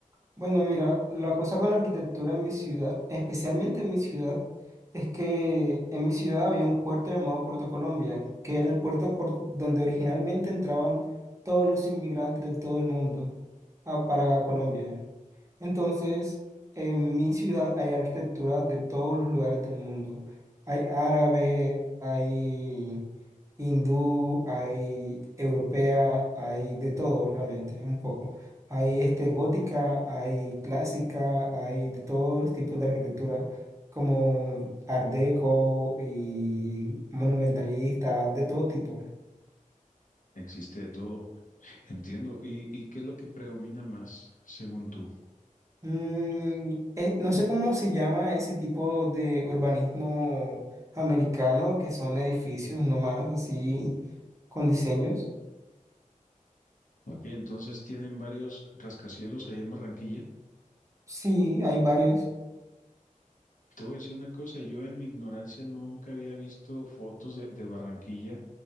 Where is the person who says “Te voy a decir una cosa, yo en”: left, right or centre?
Left